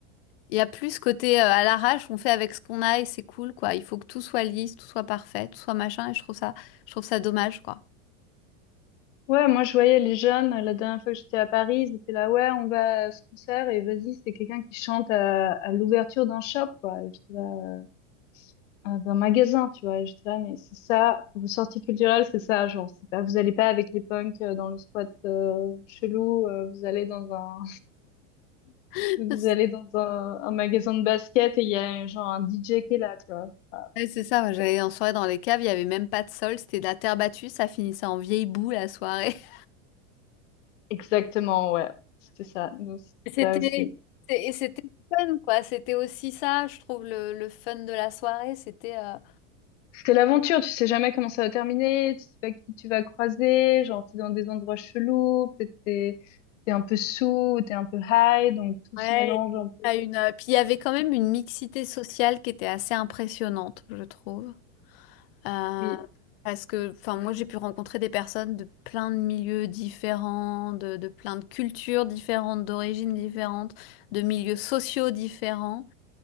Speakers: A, on the left; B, on the left.
A: Il y a plus ce côté euh, à l'arrache, on fait avec ce qu'on a et c'est cool, quoi. Il faut que tout soit lisse, tout soit parfait, tout soit machin, et je trouve ça, je trouve ça dommage, quoi.
B: Ouais, moi je voyais les jeunes, euh, la dernière fois que j'étais à Paris, ils étaient là, ouais, on va à ce concert et vas-y, c'est quelqu'un qui chante à, à l'ouverture d'un shop, quoi. Et J'étais là, euh, ah, d'un magasin, tu vois. Et J'étais là, mais c'est ça, vos sorties culturelles, c'est ça, genre, c'est pas, vous allez pas avec les punks euh, dans le squat euh, chelou, euh, vous allez dans un, <laughs>
A: <laughs>
B: vous allez dans un, un magasin de basket et il y a genre un DJ qui est là, tu vois. Enfin,
A: Ouais, c'est ça, moi j'allais en soirée dans les caves, il n'y avait même pas de sol, c'était de la terre battue, ça finissait en vieille boue la soirée. <laughs>
B: Exactement, ouais. C'était ça. Nous, c'était
A: Et C'était,
B: ça aussi.
A: c'est- et c'était fun, quoi. C'était aussi ça, je trouve, le, le fun de la soirée, c'était... euh,
B: C'est l'aventure, tu sais jamais comment ça va terminer, tu sais pas qui tu vas croiser, genre t'es dans des endroits chelous, peut-être t'es t'es un peu sous, t'es un peu high, donc tout
A: Ouais.
B: se mélange un peu.
A: à une... euh, Puis il y avait quand même une mixité sociale qui était assez impressionnante, je trouve. Euh,
B: Oui.
A: parce que, enfin, moi, j'ai pu rencontrer des personnes de plein de milieux différents, de, de plein de cultures différentes, d'origines différentes, de milieux sociaux différents.